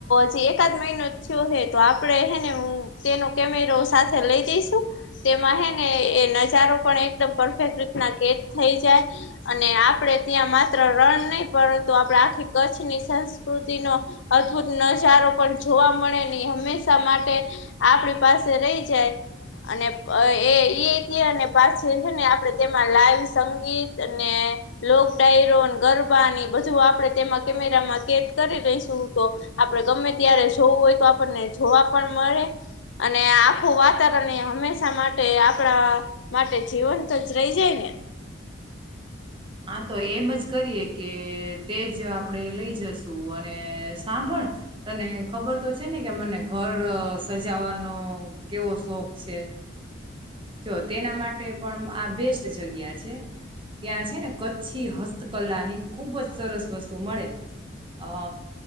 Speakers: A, on the left; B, on the right.
A: હજી એકાદ મહિનો થયો તો આપે હેને હું તેનો કેમેરો સાથે લઈ જઈશું, તેમાં હે ને નજારો પણ એકદમ પરફેક્ટ રીતના કેટ થઈ જાય, અને આપણેે ત્યાં માત્ર રન ન પરંતુ આપણે આખી કચ્છની સંસ્કૃતિ નો, અદભુત નજારો પણ જોવા મળે હંમેશા માટે, આપણી પાસે રહી જાય, અને એ અને પાછી છે ને આપણે તેમાં લાઈવ સંગીત અને, લોક ડાયરોન ગર્ ની બુ આપણે તેમાં કેમેરામાં કેદ કરી રઈશું તો આપડે ગમે ત્યારે જોવું હોય. આપણને જોવા પણ મળે અને આખું વાતાવરણ એ હંમેશા માટે આપણા. માટે જીવન તો જ રહી જાય ને.
B: હા તો એમ જ કરીએ કે તે જ આપણેે લઈ જશુ અને સાંભળ. તને ખબર તો છે ને કે મને ઘર સજાવાનો કેવો શોખ છે. હ. જો તેના માટે પણ આ બેસ્ટ જગ્યા છે. ત્યાં છે ને કચ્છી હસ્તકલાની ખૂબ જ સરસ વસ્તુ મળે. અ